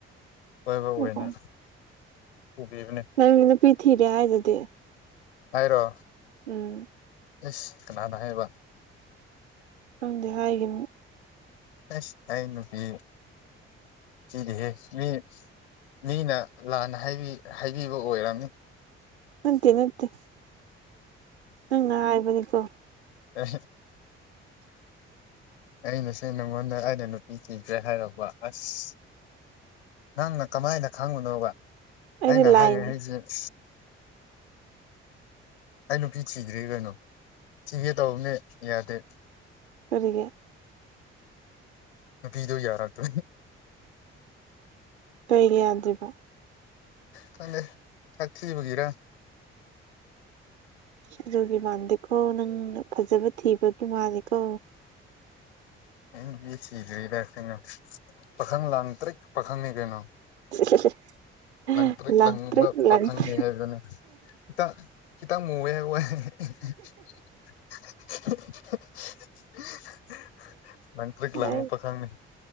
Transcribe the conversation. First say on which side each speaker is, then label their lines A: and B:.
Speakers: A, on the left (about 85°); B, on the right (about 90°).
A: ꯍꯣꯏꯕ ꯑꯣꯏꯅ
B: ꯑꯣ
A: ꯄꯨꯕꯤꯕꯅꯦ
B: ꯅꯪ ꯅꯨꯄꯤ ꯊꯤꯔꯦ ꯍꯥꯏꯗꯨꯗꯤ
A: ꯍꯥꯏꯔꯣ
B: ꯎꯝ
A: ꯏꯁ ꯀꯅꯥꯅ ꯍꯥꯏꯕ
B: ꯑꯗꯨꯗꯤ ꯍꯥꯏꯒ
A: ꯑꯁ ꯑꯩ ꯅꯨꯄꯤ ꯀꯗꯤꯦꯍꯦ ꯃꯤ ꯃꯤꯅ ꯂꯥꯟꯅ ꯍꯥꯏꯕꯤꯕ ꯑꯣꯏꯔꯝꯅꯤ
B: ꯅꯠꯇꯦ ꯅꯠꯇꯦ ꯅꯪꯅ ꯍꯥꯏꯕꯅꯤꯀꯣ
A: ꯑ
B: <unintelligible> <inaudible>
A: ꯑꯩꯅꯁꯦ ꯅꯉꯣꯟꯗ ꯑꯗ ꯅꯨꯄꯤ ꯊꯤꯈ꯭ꯔꯦ ꯍꯥꯏꯔꯕ ꯑꯁ ꯅꯪꯅ ꯀꯃꯥꯏꯅ ꯈꯪꯉꯨꯅꯣꯕ
B: ꯑꯩꯗꯤ
A: ꯑꯩꯅ
B: ꯂꯥꯏꯅꯤ
A: ꯍꯥꯏꯌꯦ ꯑꯩꯁꯦ <inaudible> ꯑꯩ ꯅꯨꯄꯤ ꯊꯤꯗ꯭ꯔꯤ ꯀꯩꯅꯣ ꯊꯤꯒꯦ ꯇꯧꯕꯅꯦ ꯌꯥꯗꯦ
B: ꯑꯣꯏꯔꯤꯒ
A: ꯅꯨꯄꯤꯗꯣ ꯌꯥꯔ ꯑꯗꯨ
B: ꯀꯩ ꯌꯥꯗ꯭ꯔꯤꯕ
A: ꯀ ꯆꯊꯒꯦꯔ
B: ꯁꯖꯨꯒꯤ ꯃꯜꯗꯦꯀꯣ ꯅꯪꯅ ꯐꯖꯕ ꯊꯤꯕꯒꯤ ꯃꯥꯜꯂꯦꯀꯣ
A: ꯑꯩꯅ ꯁꯤꯗ꯭ꯔꯤꯗ ꯀꯩꯅꯣ ꯄꯥꯈꯪ ꯂꯥꯡ ꯇ꯭ꯔ ꯄꯥꯈꯪꯅꯤ ꯀꯩꯅꯣ
B: <unintelligible>
A: ꯂꯪ ꯇ꯭ꯔꯠ
B: ꯂꯥꯡꯇ꯭ꯔꯤꯛ
A: ꯂꯪꯕ
B: ꯂꯥꯡꯇ꯭ꯔꯤꯛ
A: ꯄꯥꯈꯪꯅꯤ ꯍꯥꯏꯕꯗꯨꯅꯦ ꯈꯤꯇꯪ ꯈꯤꯇꯪ ꯃꯨꯋꯦ ꯍꯥꯏꯕ ꯋꯥ <unintelligible> ꯃꯟꯇ꯭ꯔꯔꯤꯛ ꯂꯥꯡꯨ
B: ꯍꯥꯏ
A: ꯄꯥꯈꯪꯅꯤ